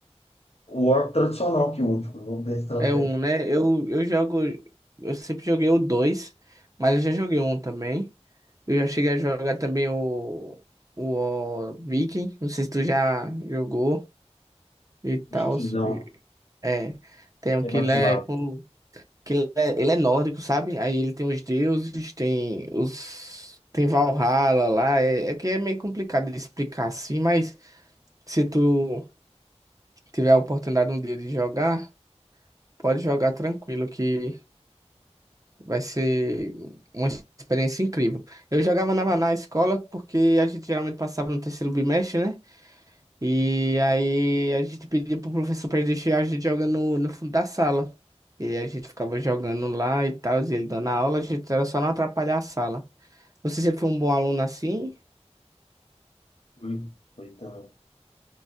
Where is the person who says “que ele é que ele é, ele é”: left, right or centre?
Right